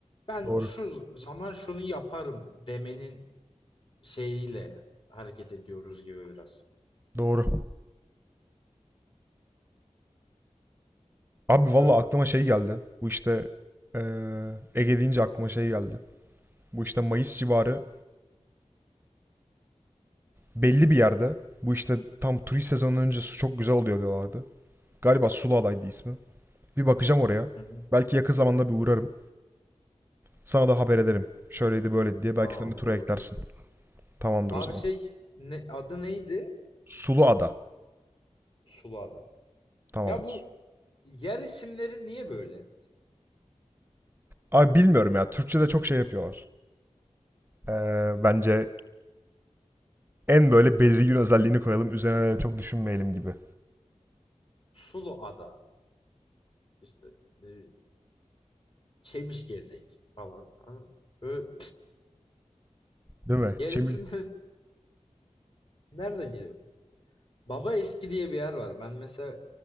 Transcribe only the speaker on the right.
Doğru.
Doğru. Abi valla
aklıma şey geldi. Bu işte eee Ege deyince aklıma şey geldi. Bu işte Mayıs civarı belli bir yerde. Bu işte tam turist sezonundan önce su çok güzel oluyor diyorlardı. Galiba Suluada'ydı ismi. Bir bakacağım oraya.
Belki yakın zamanda bir uğrarım. Sana da haber ederim. Şöyleydi böyleydi diye. Belki
sen de tura
eklersin.
Tamamdır
o zaman.
Suluada.
Tamamdır.
Abi bilmiyorum ya. Türkçe'de çok şey yapıyorlar. Eee, bence en böyle belirgin özelliğini koyalım. Üzerine de çok düşünmeyelim gibi.
Değil mi?
Çevir-